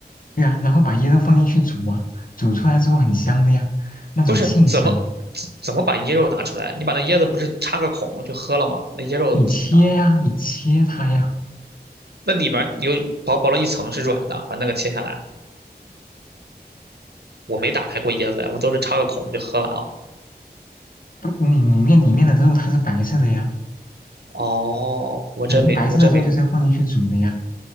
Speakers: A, on the left; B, on the right.
A: 对呀，然后把椰肉放进去煮啊，煮出来之后很香的呀，那种沁香。
B: 不是，怎么怎怎么把椰肉拿出来？你把那椰子不是插个孔就喝了吗？那椰肉怎么拿？
A: 你切呀，你切它呀，
B: 那里面有薄薄的一层是软的，把那个切下来。我没打开过椰子呀，我都是插个孔我就喝完了。
A: 不，你里面里面的肉它是白色的呀，
B: 哦，我真没，
A: 你们白色的肉就是要放进去煮的呀。
B: 我真没。